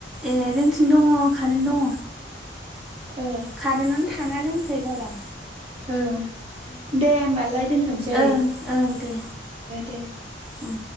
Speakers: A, in the centre; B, on the right.
A: ए जोंथिं दङ कारेन्ट दङ।
B: ओ
A: कारेन्टानो थाङा जोंनिखै बारा।
B: औ। दे होमबालाय दोनथ'सै
A: ओं ओं दे
B: दे।
A: ओं